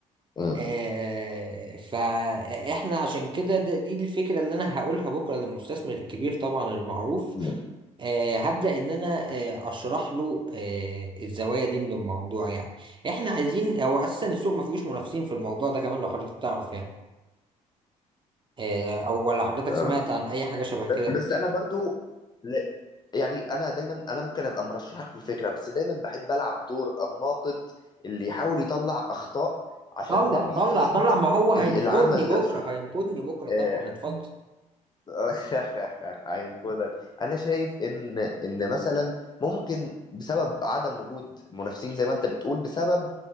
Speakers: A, on the left; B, on the right.
A: مم.
B: آه، فاحنا عشان كده د- دي الفكرة اللي انا هقولها بكرة للمستثمر الكبير طبعا المعروف
A: مم.
B: آه، هبدأ ان انا آه، اشرح له آه، الزوايا دي من الموضوع يعني احنا عايزين او اساسا السوق ما فيهوش منافسين في الموضوع ده كمان لو حضرتك تعرف يعني آه، او ولا حضرتك
A: اه
B: سمعت عن اي حاجة شبه كده
A: بس بس انا برضو ل- يعني انا دايما انا ممكن ابقى مرشحك في الفكره بس دايما بحب العب دور الناقد اللي يحاول يطلع اخطاء عشان
B: طلع
A: ده بيفيد
B: طلع طلع ما هو هينقذني
A: ال- العمل
B: بكرة
A: نفسه
B: هينقذني بكرة طبعا
A: آه،
B: اتفضل
A: <laughs> هينقذك انا شايف ان ان مثلا ممكن بسبب عدم وجود منافسين زي ما انت بتقول بسبب